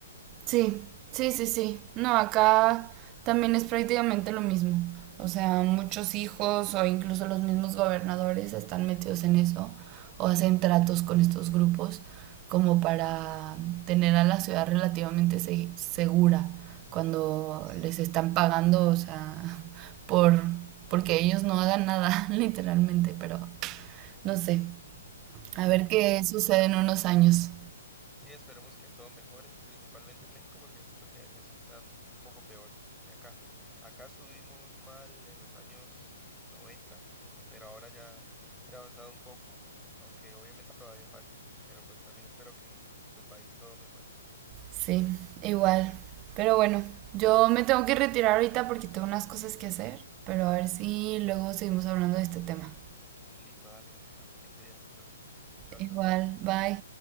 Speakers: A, on the right (about 20°); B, in the centre.
A: Sí, sí, sí, sí. No, acá también es prácticamente lo mismo. O sea, muchos hijos o incluso los mismos gobernadores están metidos en eso o hacen tratos con estos grupos como para tener a la ciudad relativamente se- segura cuando les están pagando, o sea, <laughs> por porque ellos no hagan nada, <laughs> literalmente, pero no sé. A ver qué
B: Dios
A: sucede
B: mío, sí.
A: en unos años.
B: Sí, esperemos que todo mejore, principalmente en México, porque siento que allá sí están un poco peor que acá. Acá estuvimos mal en los años 90, pero ahora ya se ha avanzado un poco, aunque obviamente todavía falta. Pero pues también espero que en tu país todo mejore.
A: Sí, igual. Pero bueno, yo me tengo que retirar ahorita porque tengo unas cosas que hacer, pero a ver si luego seguimos hablando de este tema.
B: Listo, dale, deja, te cuidas entonces. Chao,
A: Igual,
B: chao.
A: bye.